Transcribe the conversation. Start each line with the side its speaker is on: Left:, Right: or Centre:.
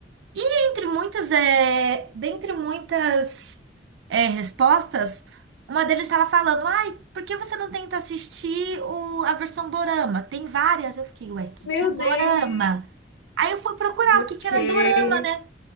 Right: E entre muitas, é, dentre muitas é, respostas, uma deles estava falando, ai, por que você não tenta assistir o- a versão dorama? Tem várias. Eu fiquei, ué, o que
Left: Meu
Right: que é dorama?
Left: Deus!
Right: Aí eu fui procurar
Left: Ok.
Right: o que que era dorama, né?